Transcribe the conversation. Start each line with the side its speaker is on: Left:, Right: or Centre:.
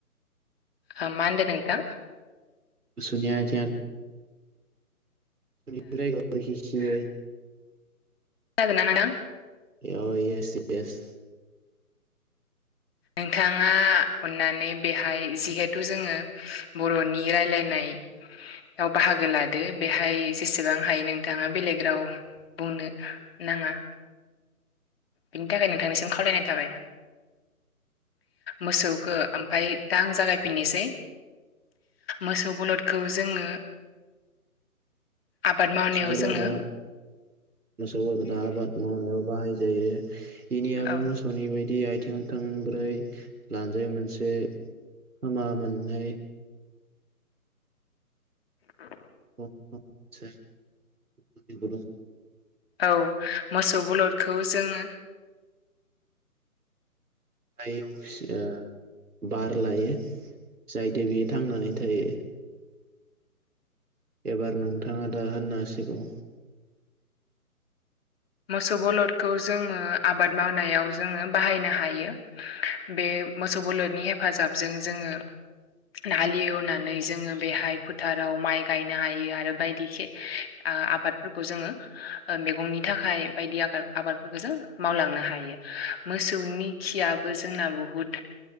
Left: मा मोनदों नोंथां।
Right: मोसौनि आथिंङा। <inaudible>
Left: खोनादोंना नोंथां।
Right: अ एस एस।
Left: नोंथाङा अननानै बेहाय जिहेथु जोङो। बरनि रायलायनाय। व बाहागो लादो बेहाय जेसेबां हायो नोंथाङा बेलेग राव। बुंनो नाङा। बिनि थाखाय नोंथांनिसिम खावलायनाय थाबाय। मोसौखौ ओमफ्राय दा आं जागायफिननोसै। मोसौ बलदखौ जोङो। आबाद मावनायाव
Right: मोसौदा
Left: जोङो
Right: मोसौदा आबाद मावनायाव बाहाय जायो। बिनि आबुं।
Left: औ
Right: बि बायदि आथिं थोंब्रै लानजाय मोनसे खोमा मोननै।
Left: औ।
Right: <inaudible>
Left: औ मोसौ बलदखौ जोङो।
Right: ओ बार लायो जाहाथे बियो थांनानै थायो एबार नोंथाङा दा होननो हासिगौ
Left: मोसौ बलदखौ जोङो आबाद मावनायाव जोङो बाहायनो हायो बे मोसौ बोलोदनि हेफाजाबजों जोङो हालेवनानै जोङो बेहाय फोथाराव माइ गायनो हायो आरो बायदि खे आबादफोरखौ जोङो मैगंनि थाखाय बायदि आ आबादफोरखौ जों मावलांनो हायो मोसौनि खियाबो जोंना बुहुत